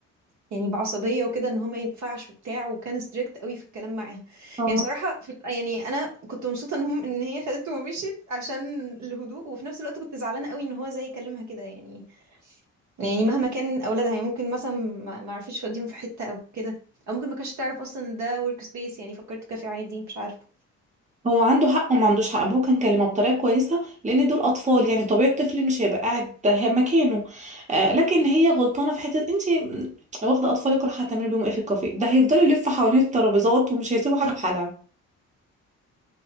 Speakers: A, on the right; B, on the right.
A: يعني بعصبيه وكده ان هو ما ينفعش وبتاع وكان ستريكت قوي في الكلام معاها
B: آه.
A: يعني بصراحه في يعني انا كنت مبسوطه ان هم ان هي خدته ومشيت عشان الهدوء وفي نفس الوقت كنت زعلانه قوي ان هو زي كلمها كده يعني يعني مهما كان اولادها يعني ممكن مثلا ما ما عرفش يوديهم في حته او كده او ممكن ما كانش تعرف اصلا ان ده ورك سبيس يعني فكرته كافي عادي مش عارفه
B: هو عنده حق وما عندوش حق هو كان كلمه بطريقه كويسه لان دول اطفال يعني طبيعي الطفل مش هيبقى قاعد ه- مكانه آه لكن هي غلطانه في حته انت واخده اطفالك رايحه هتعملي بيهم ايه في الكافيه ده هيفضلوا يلفوا حوالين الترابيزات ومش هيسيبوا حاجه في حالها